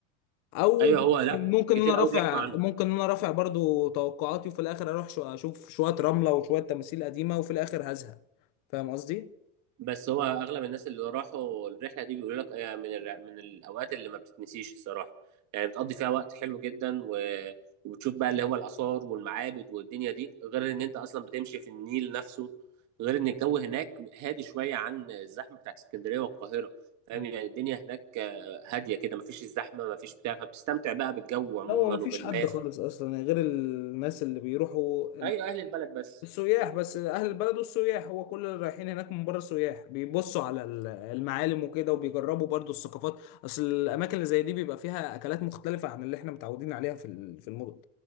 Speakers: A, on the left (about 50°); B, on the right (about 45°).
A: او
B: ايوه هو لا
A: ممكن
B: كتير
A: ان انا رافع
B: قوي بيحكوا عنه
A: ممكن ان انا رافع برضو توقعاتي وفي الاخر اروح شو اشوف شوية رملة وشوية تماثيل قديمة وفي الاخر هزهق فاهم قصدي؟
B: بس هو اغلب الناس اللي راحوا الرحله دي بيقولوا لك آه، من الر- من الاوقات اللي ما بتتنسيش الصراحه يعني بتقضي فيها وقت حلو جدا و... وبتشوف بقى اللي هو الاثار والمعابد والدنيا دي غير ان انت اصلا بتمشي في النيل نفسه غير ان الجو هناك هادي شويه عن الزحمه بتاعت اسكندريه والقاهره فاهم
A: مم.
B: يعني الدنيا هناك آه، هاديه كده مفيش الزحمه مفيش بتاع فبتستمتع بقى بالجو عموما
A: لا هو مفيش
B: وبالناس
A: حد خالص اصلا غير الناس اللي بيروحوا
B: ايوه اهل البلد بس
A: السياح بس اهل البلد والسياح هو كل اللي رايحين هناك من بره سياح بيبصوا على ال- المعالم وكده وبيجربوا برضو الثقافات اصل الاماكن اللي زي دي بيبقى فيها اكلات مختلفة عن اللي احنا متعودين عليها في ال- في المدن